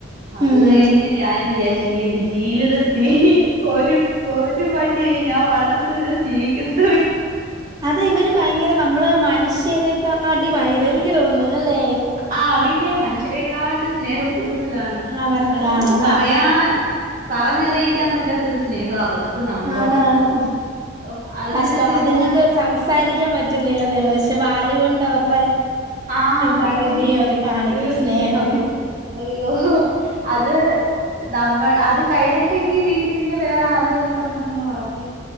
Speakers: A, on the right; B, on the right.
A: അത്
B: ഉം
A: കഴിഞ്ഞ് ഞാനും വിചാരിച്ചു ഇനി എന്റെ ജീവിതത്തി ഒരു ഒരുപട്ടി <unintelligible> ഞാൻ വളർത്തത്തുല്ലാ സ്നേഹിക്കത്തുല്ല
B: അത ഇവര് ഭയങ്കര നമ്മള് മനുഷ്യരെക്കെ ആ അടി ഭയങ്കര
A: ഉം
B: എനിക്ക് തോന്നുന്നു അല്ലേ
A: ആ അവന്നെ മനുഷ്യരേക്കാ സ്നേഹം കൂടുതലാണ്
B: അവർക്കാണ്
A: അത് നമുക്ക്
B: അതാ
A: പറയാൻ പറഞ്ഞറിയിക്കാൻ പറ്റാത്ത ത്തൊരു സ്നേഹം അവർക്ക് നമ്മളോടുള്ളത്.
B: ആണാണ്
A: ഓഹ് അതെന്ന്
B: കഷ്ടം
A: വെച്ച് കഴിഞ്ഞാ
B: അതങ്ങൾക്ക് സംസാരിക്കാൻ പറ്റുന്നില്ലെന്നേള്ളു പക്ഷെ വാല് കൊണ്ട് അവരുടെ
A: ആഹ
B: പകുതി
A: പിന്നെ
B: അവര് കാണിക്കും
A: തീർച്ചയായിട്ടും
B: സ്നേഹം
A: അയ്യോ അത് നമ്മൾ അത് കഴിഞ്ഞിട്ടെങ്കി വീട്ടിൽ പിന്നെ വേറെ അത് കഴിഞ്ഞിട്ട്ഒരണ്ണത്തിനെ വളർത്തി